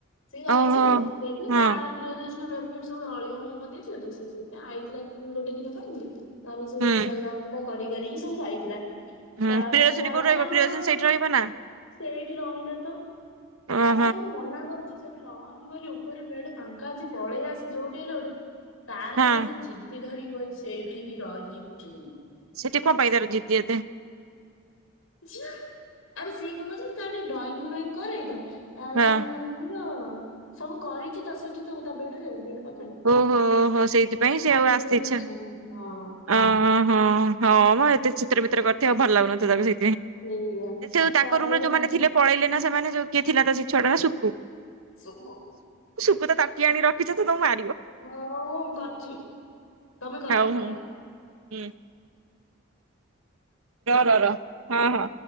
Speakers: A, on the left (about 80°); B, on the right (about 80°).
A: ସିଏ ଯାଇଛି।
B: ଓହୋ ହଁ
A: ତା ପ୍ରିୟଦ ବେ ସବୁ ଅଳିଆ ଅଳିଆ କରିଦେଇଥିଲୁ ତ ସେ ସଇତ ଆଇଥିଲା ଗୋଟେ ଦିନ ପାଇଁନ୍ତ ତାର ସବୁ
B: ହୁଁ
A: ସଜା କରି କରିକି ସବୁ ଯାଇଥିଲା।
B: ହୁଁ
A: ତାପରେ
B: ପ୍ରିୟଦର୍ଶିନୀ
A: ଯାଇଛି
B: କୋଉଠି ରହିବ
A: ଆମେ
B: ପ୍ରିୟଦର୍ଶିନୀ
A: ଆମର
B: ସେଇଠି ରହିବ ନା
A: ସେଇଠି ରହିଲା ତ।
B: ଓହୋ
A: ତାକୁ ଆମେ ମନା କରୁଛୁ। ତୁ ସେଠି ରହନି କହିଲି ଉପରୁ ବେଡ କଣଙ୍କା ଅଛି ପଳେଇ ଆସି ଯୋଠି ହେଲେ ଗୋଟେ ତାର
B: ହଁ
A: ତ ପରା ସେ ଜିଦି ଧରି ସେଇଠି ହିଁ ରହିବି।
B: ସେଟି କଣ ପାଇଁ ଜିଦି ଏତେ।
A: ସିଆଳି ଆରେ ସିଏ କଣ କରୁଛନ୍ତି ତାର ଟିକେ ଡ୍ରଇଂଙ୍ଗ ମଇଂଙ୍ଗ କରେତ ତାର
B: ହଁ
A: ସବୁ ମାନେ କହିଲ ସବୁ କରିଛି ତ ସେଠି ତା ବେଡ୍ ରେ ତା ବେଡ୍ ପା
B: ଓହୋ ହୋ ସେଇଥିପାଇଁ ସେ ଆଉ
A: ଆସିବାକୁ
B: ଆସିତେ ଇଛା
A: ଇଚ୍ଛା ନାହିଁ ହଁ
B: ଅହଂ ହଉ। ଏତେ ଚିତ୍ରିତ୍ର କରି ଭଲ ଲାଗୁନ ତାକୁ ସେ
A: ସେଇଆ।
B: ହଁ ତାଙ୍କ
A: ତାପରେ
B: ରୁମରେ ଯୋଉମାନେ ଥିଲେ ପଳେଇଲେ ନା ସେମାନେ ଯୋଉ କିଏ ଥିଲା ତ ସେ ଛ ଟଙ୍କା ଶକୁ
A: ସବୁ
B: ସୁକୁ ତ ତାଟି ଆଣି ରଖିଛ ତୋ ମା
A: ହ ମୁଁ କରଛି ତମେ କର
B: ହଉ
A: ତମେ
B: ହଉ
A: କର।
B: ହୁଁ ର ର ର ହଁ ହଁ।